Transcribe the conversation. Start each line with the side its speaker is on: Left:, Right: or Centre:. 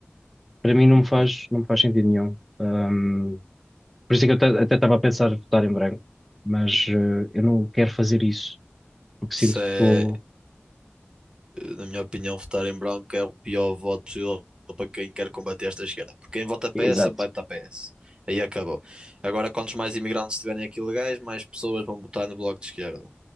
Centre: Para mim não
Right: uhum.
Centre: me faz, não me faz sentido nenhum. Hum, por isso é que eu ta- até estava a pensar em votar em branco, mas eh, eu não quero fazer isso, porque sinto
Right: Isso é,
Centre: que estou.
Right: na minha opinião, votar em branco é o pior voto possível para quem quer combater esta esquerda. Porque quem vota PS
Centre: Exato,
Right: sempre vai votar PS. Aí acabou. Agora, quantos mais imigrantes estiverem aqui legais, mais pessoas vão votar no bloco de esquerda.